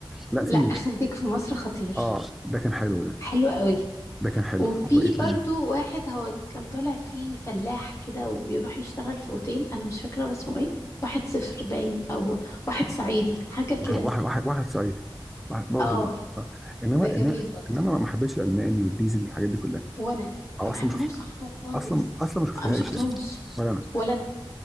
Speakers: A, in the centre; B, on the left (about 35°).
A: لا
B: لا
A: في
B: أخرتك في مصر خطير
A: آه ده كان حلو ده
B: حلو قوي
A: ده كان حلو
B: وفي
A: وإيه تاني
B: برضو واحد هو كان طالع فيه فلاح كده وبيروح يشتغل في أوتيل أنا مش فاكرة هو اسمه إيه واحد صفر باين أو واحد صعيدي حاجة
A: واحد
B: كده
A: واحد واحد, واحد صعيدي واحد- برضه
B: اه
A: معروف آه. انما
B: ده
A: إن-
B: جميل برضه
A: انما ما حبيتش الالماني والديزل والحاجات دي كلها
B: وانا ما
A: او اصلا
B: بحبهمش
A: ما شفت
B: خالص
A: اصلا اصلا ما شفتهاش
B: ما شفتهمش
A: يعني ولا انا
B: ولا انا